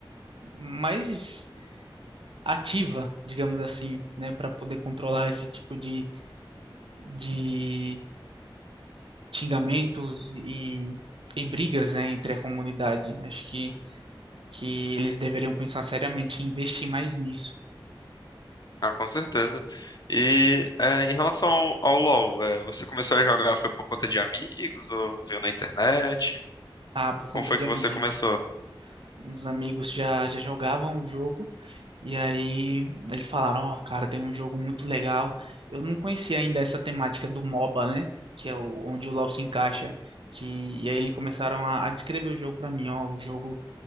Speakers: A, on the right; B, on the left.
A: mais ativa, digamos assim, né? Para poder controlar esse tipo de, de xingamentos e. E brigas, né, entre a comunidade. Acho que, que eles deveriam pensar seriamente em investir mais nisso.
B: Ah, com certeza. E é, em relação ao, ao LoL, é, você começou a jogar foi por conta de amigos ou viu na internet?
A: Ah, por
B: Como
A: conta
B: foi
A: de
B: que
A: amigos.
B: você começou?
A: Uns amigos já, já jogavam o jogo E aí eles falaram, ó, cara, tem um jogo muito legal. Eu não conhecia ainda essa temática do MOBA, né? Que é o, onde o LoL se encaixa. Que, e aí eles começaram a, a descrever o jogo pra mim, ó, o jogo